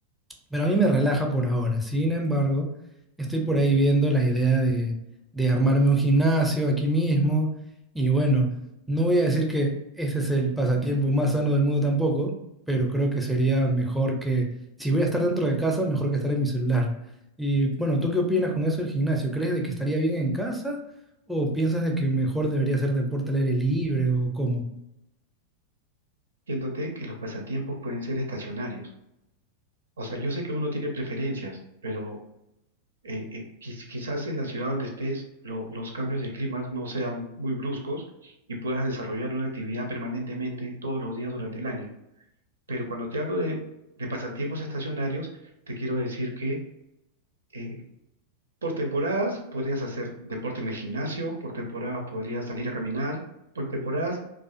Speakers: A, in the centre; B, on the right (about 70°).
A: Pero a mí me relaja por ahora. Sin embargo, estoy por ahí viendo la idea de, de armarme un gimnasio aquí mismo. Y bueno, no voy a decir que ese es el pasatiempo más sano del mundo tampoco, pero creo que sería mejor que, si voy a estar dentro de casa, mejor que estar en mi celular. Y bueno, ¿tú qué opinas con eso del gimnasio? ¿Crees de que estaría bien en casa o piensas de que mejor debería hacer deporte al aire libre o cómo?
B: diciéndote que los pasatiempos pueden ser estacionarios. O sea, yo sé que uno tiene preferencias, pero eh, eh, quiz- quizás en la ciudad donde estés lo- los cambios de climas no sean muy bruscos y puedas desarrollar una actividad permanentemente todos los días durante el año. Pero cuando te hablo de, de pasatiempos estacionarios, te quiero decir que eh, Por temporadas podrías hacer deporte en el gimnasio, por temporadas podrías salir a caminar, por temporadas